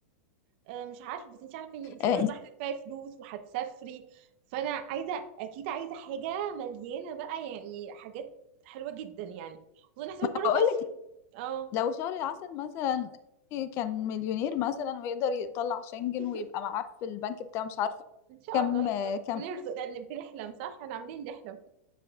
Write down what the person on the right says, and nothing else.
آه، مش عارفه بس انتي عارفه ان انتي
خلاص
بقى هتدفعي فلوس وهتسافري فانا عايزه اكيد عايزه حاجه مليانه بقى يعني حاجات حلوه جدا يعني وخصوصا هسافر
بره
مصر اه
<laughs>
ان شاء
الله ان
شاء الله
بنرزق لان بنحلم صح احنا عاملين نحلم